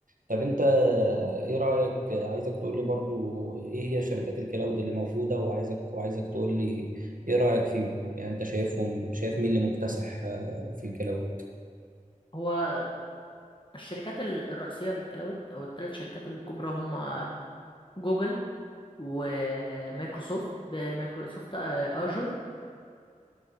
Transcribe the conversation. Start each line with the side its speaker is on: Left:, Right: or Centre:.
Right: طب انت ايه رايك عايزك تقول لي برضو ايه هي شركات الكلاود اللي موجوده وعايزك وعايزك تقول لي ايه رايك فيهم يعني انت شايفهم شايف مين اللي مكتسح آه، في الكلاود
Left: هو الشركات ال- الرئيسية في الكلاود أو الثلاث شركات الكبرى هما جوجل ومايكروسوفت بمايكروسوفت آجر